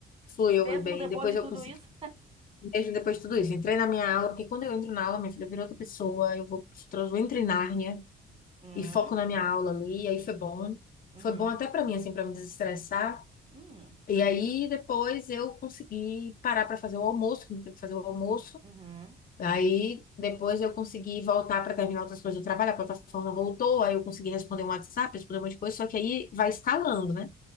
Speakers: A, on the left; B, on the right.
A: fluiu
B: Mesmo
A: bem,
B: depois
A: depois
B: de tudo
A: eu consegui.
B: isso?
A: Mesmo depois de tudo isso, entrei na minha aula, porque quando eu entro na aula, minha filha vira outra pessoa, eu vou, eu entro em Nárnia
B: Hum,
A: e foco na minha aula ali, e aí foi bom.
B: uhum,
A: Foi bom até pra mim, assim, pra me desestressar.
B: hum,
A: E aí depois eu consegui parar pra fazer o almoço, que eu tive que fazer o almoço.
B: uhum.
A: Aí depois eu consegui voltar pra terminar outras coisas do trabalho, a plataforma voltou, aí eu consegui responder um WhatsApp, responder um monte de coisa, só que aí vai escalando, né?